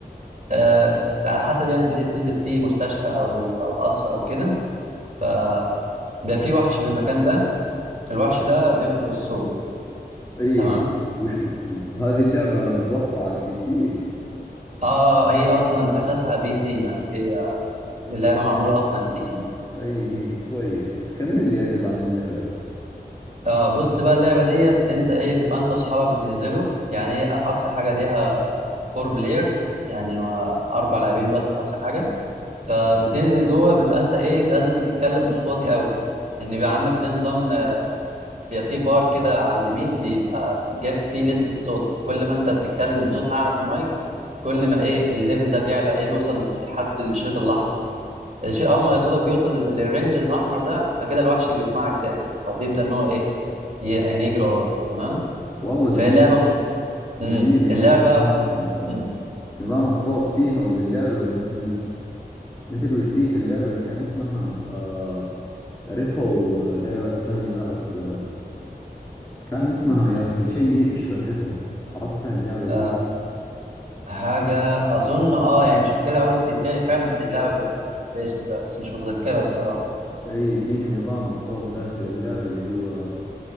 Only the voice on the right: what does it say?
آه على حسب يعني البيت اللي بتنزل فيه مستشفى او او قصر او كده فبيبقى في وحش في المكان ده الوحش ده بيمشي بالصوت
تمام
اه هي اصلا اساسها بي سي يعني هي اللعبه معموله اصلا البي سي
اه بص بقى اللعبه ديت انت ايه بتبقى انت واصحابك بتنزلوا يعني هي اقصى حاجه ليها فور بلايرز يعني ما اربع لاعبين بس اقصى حاجه فبتنزل جوه بيبقى انت ايه لازم تتكلم بصوت واطي قوي ان بيبقى عندك زي نظام آه، بيبقى فيه بار كده على اليمين بيبقى جاب فيه نسبه صوت كل ما انت بتتكلم بصوت اعلى في المايك كل ما ايه الليفل ده بيعلى ايه بيوصل لحد الشريط الاحمر الشيء اول ما صوتك بيوصل لل- للرينج الاحمر ده فكده الوحش بيسمعك جامد فبيبدا ان هو ايه ي- يعني يجري وراك تمام
فهي لعبه مم... مم.
اللعبه
مم.
مم.
آه. حاجة أظن أه يعني مش فاكرها أوي بس في- فعلا كانت اللعبة بال- بالاسم ده بس مش متذكرها الصراحة